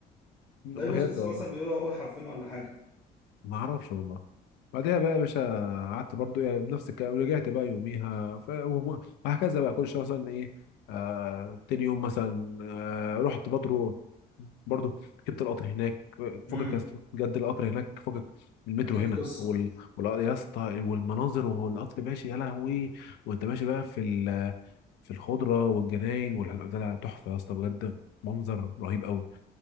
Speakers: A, on the left (about 80°); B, on the left (about 30°).
A: <laughs> بجد
B: تلاقيه بيختصروا
A: والله
B: مثلا بيقولوا اول حرفين ولا حاجه
A: ما اعرفش والله بعدها بقى يا باشا قعدت برضو يعني بنفس الكلام رجعت بقى يوميها ف... وم- وهكذا بقى كل شويه مثلا ايه آه... تاني يوم مثلا آه... رحت برضو برضو ركبت القطر هناك
B: امم
A: فكك يا اسطى بجد القطر هناك فكك من المترو
B: اكيد
A: هنا
B: قصه
A: وال... وال... يا اسطى والمناظر والقطر ماشي يا لهوي وانت ماشي بقى في ال... في الخضره والجناين وال... ده ده تحفه يا اسطى بجد منظر رهيب قوي